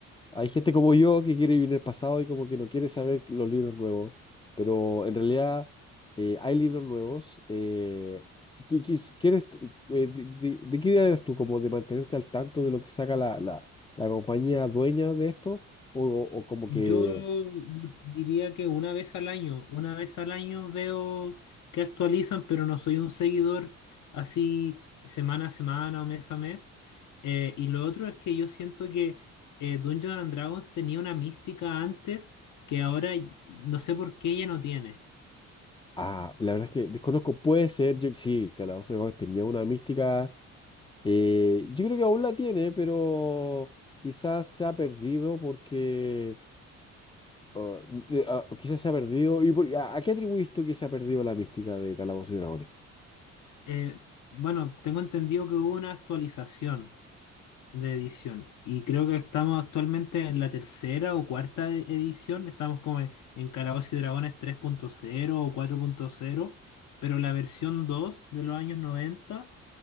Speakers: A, on the left; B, on the left.
A: hay gente como yo que quiere vivir el pasado y como que no quiere saber los libros nuevos. Pero en realidad eh, hay libros nuevos. eh, ¿qué- qué quieres tú- eh, de, de- de qué idea eres tú? ¿Como de mantenerte al tanto de lo que saca la, la, la compañía dueña de esto? ¿O, o como que...
B: Yo di- diría que una vez al año, una vez al año veo que actualizan, pero no soy un seguidor así semana a semana o mes a mes. Eh, y lo otro es que yo siento que eh, Dungeons and Dragons tenía una mística antes que ahora y- y no sé por qué ya no tiene.
A: Ah, la verdad es que desconozco, puede ser, yo sí, Calabozo de Dragones tenía una mística, eh, yo creo que aún la tiene, pero quizás se ha perdido porque, ah, eh, ah, quizás se ha perdido, ¿y por- a, a qué atribuís tú que se ha perdido la mística de Calabozo y Dragones?
B: Eh, bueno, tengo entendido que hubo una actualización. de edición. Y creo que estamos actualmente en la tercera o cuarta e- edición. Estamos como en, en Calabozos y Dragones tres punto cero o cuatro punto cero Pero la versión 2 de los años 90